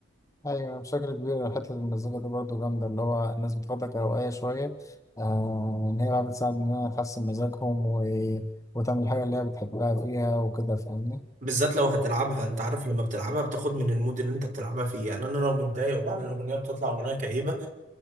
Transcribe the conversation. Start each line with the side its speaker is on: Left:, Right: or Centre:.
Left: ايوه بشكل كبير حته المزيكا دي برضو جامده اللي هو الناس بتاخدها كهوايه شويه آه ان هي بقى بتساعد ان هي تحسن مزاجهم و... وتعمل الحاجه اللي هي بتحبها فيها وكده فاهمني
Right: بالذات لو هتلعبها انت عارف لما بتلعبها بتاخد من المود اللي انت بتلعبها فيه يعني انا لو متضايق وبعمل اغنيه بتطلع اغنيه كئيبه